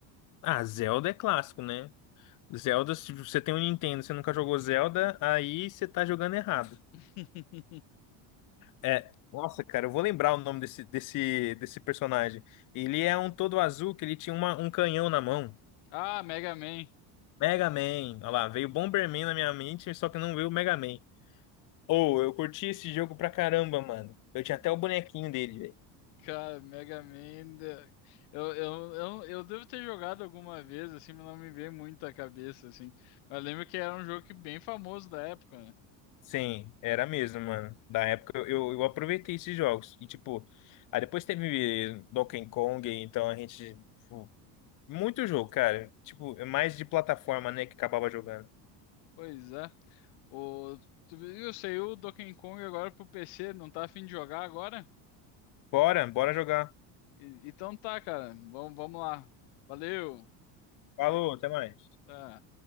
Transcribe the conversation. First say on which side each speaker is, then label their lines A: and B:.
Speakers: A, on the left; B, on the left.
A: Ah, Zelda é clássico, né? Zelda, se você tem um Nintendo, e você nunca jogou Zelda, aí você tá jogando errado.
B: <laughs>
A: É, nossa, cara, eu vou lembrar o nome desse, desse, desse personagem. Ele é um todo azul que ele tinha uma- um canhão na mão.
B: Ah, Mega Man.
A: Mega Man. Olha lá, veio Bomberman na minha mente, só que não veio o Mega Man. Ou, eu curti esse jogo pra caramba, mano. Eu tinha até o bonequinho dele, velho.
B: Cara, Mega Man. ainda- Eu, eu, eu, eu devo ter jogado alguma vez, assim, mas não me veio muito à cabeça, assim. Mas lembro que era um jogo que bem famoso da época, né?
A: Sim, era mesmo, mano. Da época eu, eu eu aproveitei esses jogos. E tipo, aí depois teve Donkey Kong, então a gente. tipo, Muito jogo, cara. Tipo, é mais de plataforma, né, que acabava jogando.
B: Pois é. O, tu viu, saiu o Donkey Kong agora pro PC, não tá afim de jogar agora?
A: Bora, bora jogar.
B: E- então tá, cara. Vamos, vamos lá. Valeu.
A: Falou, até mais.
B: Tá.